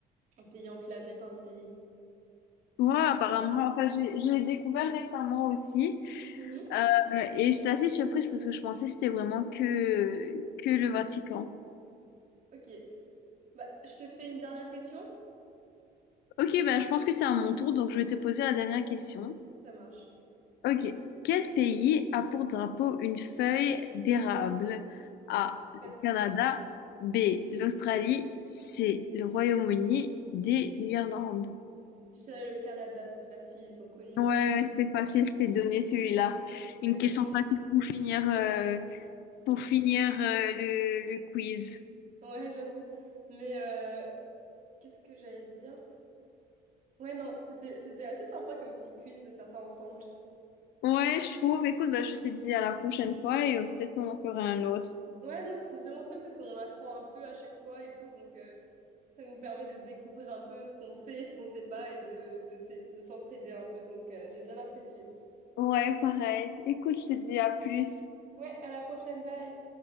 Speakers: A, on the right (about 50°); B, on the left (about 80°).
A: un pays enclavé par l'Italie.
B: Ouais, apparemment. Enfin, je, je l'ai découvert récemment aussi.
A: Mhm.
B: Euh, et j'étais assez surprise parce que je pensais que c'était vraiment que, que le Vatican.
A: Ok, bah je te fais une dernière question.
B: Ok, ben je pense que c'est à mon tour, donc je vais te poser la dernière
A: Ok,
B: question.
A: ça marche.
B: Ok. Quel pays a pour drapeau une feuille d'érable?
A: Ah,
B: A.
A: c'est
B: Le
A: facile.
B: Canada. B. L'Australie. C. Le Royaume-Uni. D. L'Irlande.
A: Je dirais le Canada, c'est facile, ils sont connus
B: Ouais,
A: pour.
B: ouais, c'était facile, c'était donné celui-là.
A: Exactement.
B: Une question facile pour finir, euh, pour finir euh, le, le quiz.
A: Ouais, j'avoue. Mais euh, qu'est-ce que j'allais dire? Ouais, non, c'était c'était assez sympa comme petit quiz de faire ça ensemble.
B: Ouais, je trouve. Écoute, bah, je te dis à la prochaine fois et euh, peut-être qu'on en fera un autre.
A: Ouais, non, c'était vraiment fun parce qu'on en apprend un peu à chaque fois et tout, donc euh, ça nous permet de découvrir un peu ce qu'on sait et ce qu'on sait pas et de, de, s'ai- de s'entraider un peu, donc euh, j'ai bien apprécié.
B: Ouais, pareil. Écoute, je te dis à plus.
A: Ouais, à la prochaine, bye!